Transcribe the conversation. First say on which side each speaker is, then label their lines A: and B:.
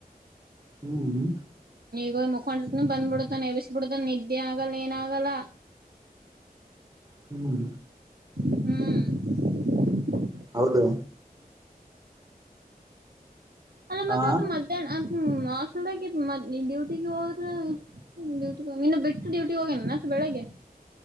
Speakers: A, on the right; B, on the right.
A: ಹ್ಮ್ ಹ್ಮ್
B: ಹೋಗ್ ಮಕೊಂಡಿರುತಿನು ಬಂದ್ಬಿಡತನ್ ಎಬ್ಬಿಸ್ ಬಿಡತನ್ ನಿದ್ದೆ ಆಗಲ್ಲ ಏನ ಆಗಲ್ಲ.
A: ಹ್ಮ್
B: ಹ್ಮ್
A: ಹೌದು
B: ಅಲ್ಲ ಮತ್ತ
A: ಹಾ
B: ಅವತ್ ಮಧ್ಯಾಹ್ನ ಅಮ್ ಹಾಸ್ಟೆಲದಾಗ ಇದ್ದ ಮದ್ ಡ್ಯೂಟಿಗೆ ಹೋರ ಡ್ಯೂಟಿ ನಿನ್ನ ಬಿಟ್ಟ ಡ್ಯೂಟಿ ಹೋಗ್ಯಾನೆನ್ ಮತ್ ಬೆಳಗ್ಗೆ.